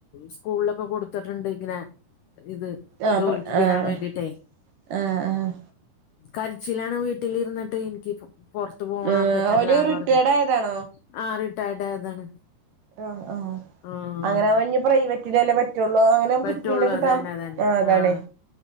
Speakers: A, on the left; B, on the right.
A: സ്കൂളിലൊക്കെ കൊടുത്തിട്ടുണ്ട് ഇങ്ങനെ ഇത്.
B: ആഹ്
A: ജോലിക്ക്
B: പ്ര
A: കേറാൻ
B: ആഹ്
A: വേണ്ടിട്ടേ.
B: ആഹ് ആഹ്.
A: കരിച്ചിലാണ് വീട്ടിലിരുന്നിട്ട് എനിക്ക് പോ ണിക്ക് പോകാൻ
B: ആഹ്
A: പറ്റണില്ലന്ന്
B: ഓല് റിട്ടയേർഡ്
A: പറഞ്ഞ
B: ആയതാണോ?
A: ആ റിട്ടയർഡ് ആയതാണ്.
B: ആ ആഹ്
A: ആഹ്
B: അങ്ങനെഞ് പ്രൈവറ്റിന്റെലേ പറ്റുള്ളൂ അങ്ങനെ.
A: പറ്റുള്ളൂ
B: പിന്നെ കിട്ടാം
A: അതന്നെ
B: പിന്നെ
A: അതന്നെ
B: കിട്ടാൻ അതാണെ.
A: ആഹ്